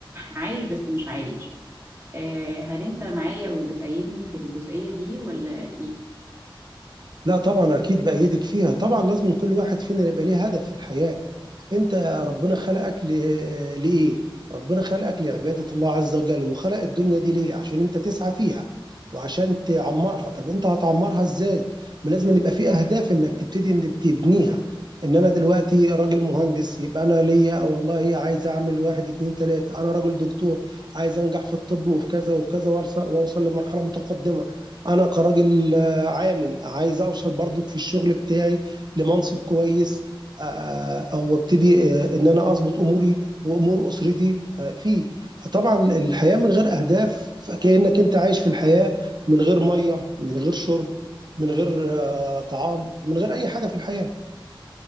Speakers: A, on the right (about 30°); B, on the right (about 55°).
A: عايش بس مش عايش آه، هل أنت معايا وبتأيدني في الجزئية دي ولا إيه؟
B: لأ طبعًا أكيد بأيّدِك فيها، طبعًا لازمًا كل واحد فينا يبقى ليه هدف في الحياة. انت ربنا خلقك ل- لايه ربنا خلقك لعباده الله عز وجل وخلق الدنيا دي ليه عشان انت تسعى فيها وعشان تعمرها طب انت هتعمرها ازاي ما لازم يبقى في اهداف انك تبتدي انك تبنيها ان انا دلوقتي راجل مهندس يبقى انا ليا والله عايز اعمل واحد اتنين تلاته انا راجل دكتور عايز انجح في الطب وفي كذا وكذا وأرس- واوصل لمرحله متقدمه انا كراجل آه، عامل عايز اوصل برضك في الشغل بتاعي لمنصب كويس آه، آه، وابتدي آه، ان انا اظبط اموري وامور اسرتي آه، فيه فطبعا الحياه من غير اهداف فكانك انت عايش في الحياه من غير ميه من غير شرب من غير آه، طعام من غير اي حاجه في الحياه